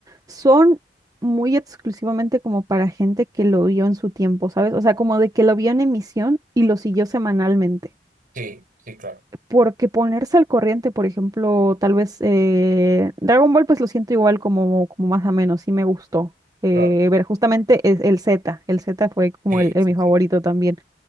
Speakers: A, on the right; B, on the right.
A: son muy exclusivamente como para gente que lo vio en su tiempo, ¿sabes? O sea, como de que lo vio en emisión y lo siguió semanalmente.
B: Sí, sí, claro,
A: Porque ponerse al corriente, por ejemplo, tal vez eh, Dragon Ball, pues lo siento igual como, como más ameno, sí me gustó. eh,
B: claro.
A: ver justamente es- el Z, el Z fue como
B: Sí,
A: el, el
B: sí,
A: mi favorito
B: sí.
A: también.